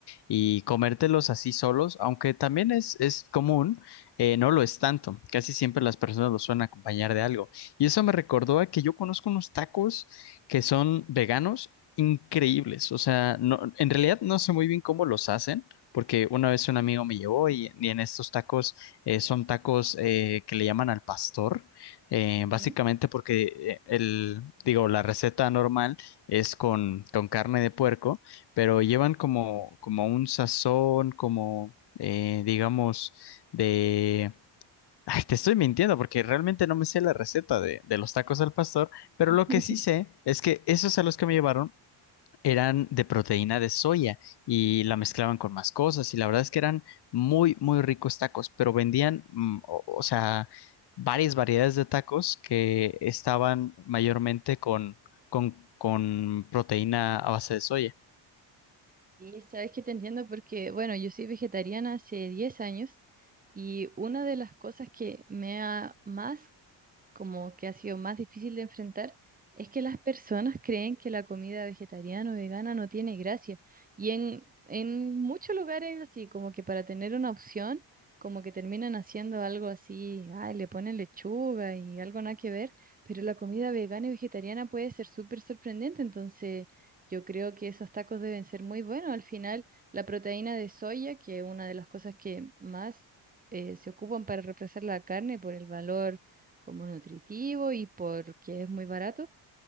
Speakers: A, on the left (about 60°); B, on the right (about 20°).
A: y comértelos así solos, aunque también es, es común, eh, no lo es tanto. Casi siempre las personas los suelen acompañar de algo. Y eso me recordó a que yo conozco unos tacos que son veganos increíbles. O sea, no, en realidad no sé muy bien cómo los hacen. Porque una vez un amigo me llevó y y en estos tacos eh, son tacos eh, que le llaman al pastor, eh,
B: Ujú.
A: básicamente porque eh, el, digo, la receta normal es con, con carne de puerco, pero llevan como, como un sazón, como eh, digamos, de... Ay, te estoy mintiendo porque realmente no me sé la receta de, de los tacos al pastor, pero
B: <laughs>
A: lo que sí sé es que esos a los que me llevaron eran de proteína de soya y la mezclaban con más cosas y la verdad es que eran muy, muy ricos tacos, pero vendían, mm, o, o sea, varias variedades de tacos que estaban mayormente con, con, con proteína a base de soya.
B: Y sabes que te entiendo porque, bueno, yo soy vegetariana hace 10 años y una de las cosas que me ha más como que ha sido más difícil de enfrentar, es que las personas creen que la comida vegetariana o vegana no tiene gracia. Y en, en muchos lugares así, como que para tener una opción, como que terminan haciendo algo así, ay, le ponen lechuga y algo nada que ver, pero la comida vegana y vegetariana puede ser súper sorprendente, entonces... Yo creo que esos tacos deben ser muy buenos. Al final, la proteína de soya, que es una de las cosas que más eh, se ocupan para reemplazar la carne por el valor como nutritivo y porque es muy barato.